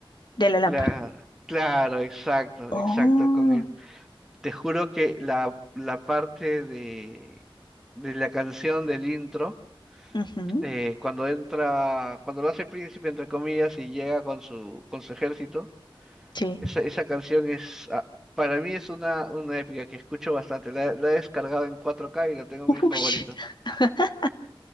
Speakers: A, on the left; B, in the centre.
A: de la lámpara.
B: Claro, claro, exacto, exacto,
A: Oh,
B: con él. Te juro que la, la parte de, de la canción del intro
A: ujú,
B: eh, cuando entra, cuando lo hace príncipe, entre comillas, y llega con su, con su ejército,
A: sí.
B: esa, esa canción es, ah, para mí es una, una épica que escucho bastante. La, la he descargado en 4K y la tengo en mis
A: Ush.
B: favoritos.
A: <laughs>